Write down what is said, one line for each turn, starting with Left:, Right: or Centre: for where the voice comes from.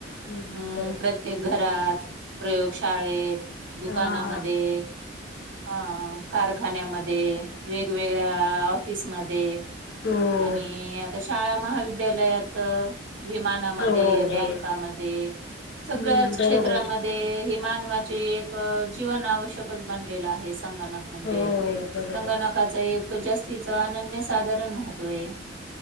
Left: हम्म
Right: अ
Left: बरोबर.
Right: प्रत्येक घरात प्रयोगशाळेत दुकानामध्ये
Left: हां हां
Right: अ कारखान्यामध्ये वेगवेगळ्या ऑफिसमध्ये
Left: हो
Right: आणि आता शाळा महाविद्यालयात विमानामध्ये...
Left: हो हो.
Right: बँकामध्ये... सगळ्याच...
Left: हम्म बरोबर
Right: क्षेत्रामध्ये हे मानवाचे एक जीवन आवश्यकच बनलेलं आहे संगणक म्हणजे
Left: हो हो बरोबर
Right: संगणकाच एक जास्त तिचं अनन्य साधारण महत्त्व ये